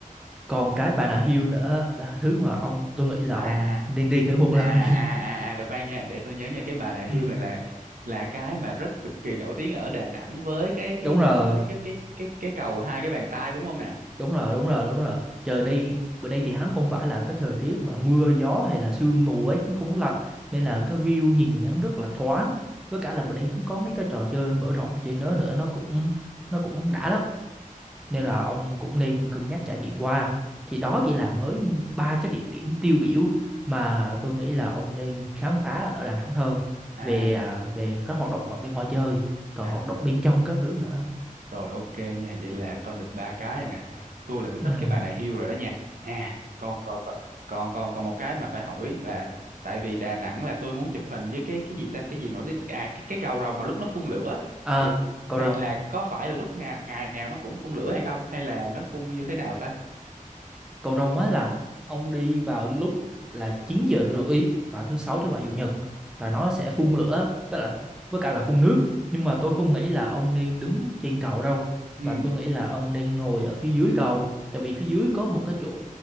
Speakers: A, in the centre; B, on the right (about 75°).
A: còn cái Bà Nà Hills nữa là thứ mà ông tôi nghĩ là
B: à
A: ông nên đi thử một
B: à
A: lần <laughs>
B: à à à được khoan nha để tôi nhớ nha cái bà nà
A: ừ.
B: hưu này là là cái mà rất cực kỳ nổi tiếng ở Đà Nẵng với cái
A: đúng
B: cái
A: rồi
B: cái cái cái cái cái, cái cầu hai cái bàn tay đúng không nè
A: đúng rồi đúng rồi đúng rồi trời nay bữa nay thì hắn không phải là cái thời tiết mà mưa gió hay là sương mù ấy hắn không có lạnh nên là cái view nhìn hắn rất là thoáng với cả là bữa nay hắn có mấy cái trò chơi mở rộng trên đó nữa nó cũng nó cũng đã lắm nên
B: ừ
A: là ông cũng nên cân nhắc trải nghiệm qua thì đó chỉ là mới ba cái địa điểm tiêu biểu mà tôi nghĩ là ông nên khám phá ở Đà Nẵng thôi
B: à
A: về à, về các hoạt động ở bên ngoài chơi còn
B: à
A: hoạt động bên trong các thứ nữa
B: Rồi ok nha, vậy là con được ba cái nè, mà tôi là tôi thích
A: ừ.
B: cái bà này hiêu rồi đó nha. À, còn còn còn còn còn còn một cái mà phải hỏi là tại vì Đà Nẵng là tôi muốn chụp hình với cái cái gì ta, cái gì nổi tiếng à cái cái cầu rồng mà lúc nó phun lửa
A: à,
B: thì
A: cậu
B: thì
A: Rồng
B: là có phải là lúc nào ngày nào nó cũng phun lửa hay không hay là nó phun như thế nào ta?
A: cầu rồng á là ông đi vào lúc là 9 giờ rưỡi vào thứ sáu thứ bảy chủ nhật là nó sẽ phun lửa với là với cả là phun nước nhưng mà tôi không nghĩ là ông nên đứng trên cầu đâu
B: Ừ.
A: mà tôi nghĩ là ông nên ngồi ở phía dưới cầu tại vì phía dưới có một cái chỗ